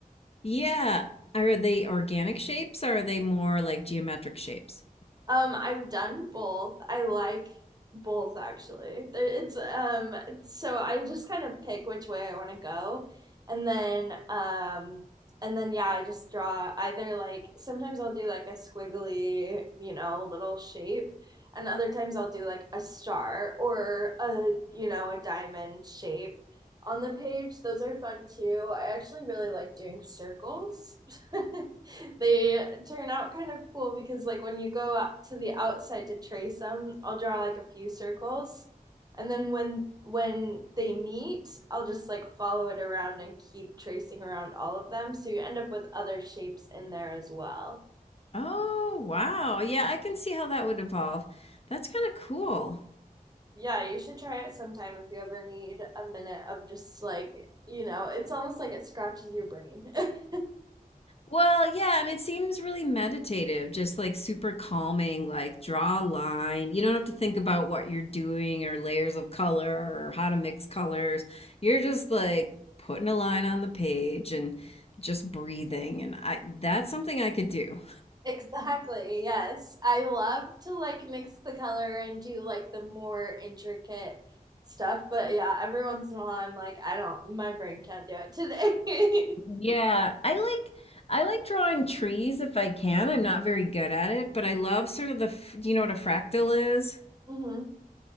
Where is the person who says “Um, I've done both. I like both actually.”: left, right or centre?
Right